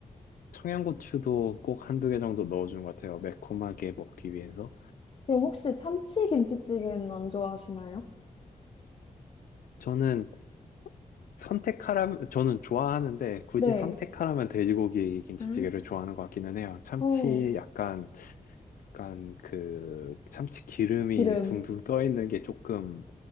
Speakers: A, on the left (about 75°); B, on the left (about 40°).
A: 청양고추도 꼭 한두 개 정도 넣어준 것 같아요. 매콤하게 먹기 위해서.
B: 그럼 혹시 참치 김치찌개는 안 좋아하시나요?
A: 저는 선택하라면, 저는 좋아하는데 굳이
B: 네.
A: 선택하라면 돼지고기 김치찌개를
B: 아,
A: 좋아하는 것 같기는 해요. 참치
B: 어,
A: 약간, 약간 그 참치 기름이
B: 기름.
A: 둥둥 떠 있는 게 조금